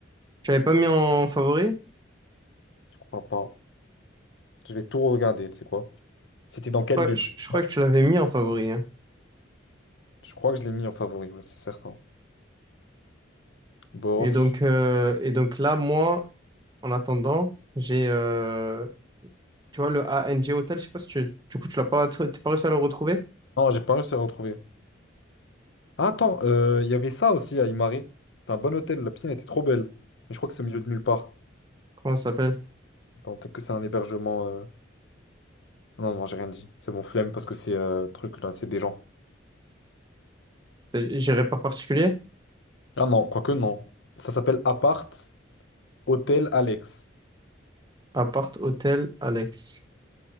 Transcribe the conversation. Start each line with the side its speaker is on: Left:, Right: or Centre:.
Right: Tu l'avais pas mis en favori?
Left: Je crois pas. Je vais tout regarder, tu sais quoi. C'était dans
Right: Je
Left: quelle
Right: crois,
Left: ville?
Right: je-
Left: tu te
Right: je crois
Left: souviens
Right: que tu l'avais mis en favori, hein.
Left: Je crois que je l'ai mis en favori, ouais, c'est certain. Borch.
Right: Et donc, euh, et donc là, moi, En attendant, j'ai, euh, tu vois, le A N G Hotel, je sais pas si tu, du coup, tu l'as pas, tr- t'es pas réussi à le retrouver?
Left: Non, j'ai pas réussi à retrouver. Ah, attends, euh, il y avait ça aussi à Imare. C'était un bon hôtel, la piscine était trop belle. Mais je crois que c'est au milieu de nulle part.
Right: Comment ça s'appelle?
Left: Attends, peut-être que c'est un hébergement. euh, Ah Non, non, j'ai rien dit. C'est mon flemme parce que c'est euh, truc là, c'est des gens.
Right: C'est Géré par particulier?
Left: Ah non, quoique non. Ça s'appelle Appart Hôtel Alex.
Right: Appart Hôtel Alex.